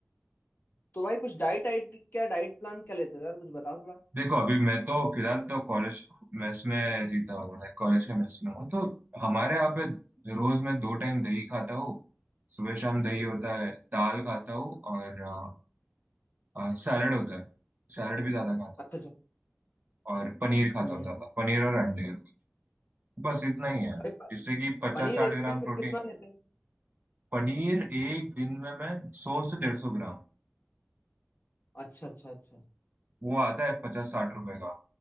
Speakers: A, on the left (about 50°); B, on the right (about 45°).
A: तो भाई कुछ डाइट आइट क्या डाइट प्लान क्या लेते हो यार कुछ बताओ थोड़ा
B: देखो अभी मैं तो फिलहाल तो कॉलेज मेस में जीता हूँ लाइक कॉलेज के मेस में हूँ तो हमारे यहाँ पे रोज मैं दो टाइम दही खाता हूँ सुबह शाम दही होता है दाल खाता हूँ और आ, आ, सैलड होता है सैलड भी ज्यादा खाता
A: अच्छा अच्छा
B: हूँ और पनीर खाता
A: हम्म
B: हूँ ज्यादा पनीर और अंडे बस इतना ही है
A: भाई प-
B: जिससे कि पचास
A: पनीर
B: साठ
A: एक
B: ग्राम
A: दिन में
B: प्रोटीन
A: कितना लेते हो
B: पनीर एक दिन में मैं सौ से डेढ़ सौ ग्राम
A: अच्छा अच्छा अच्छा
B: वो आता है पचास साठ रुपए का।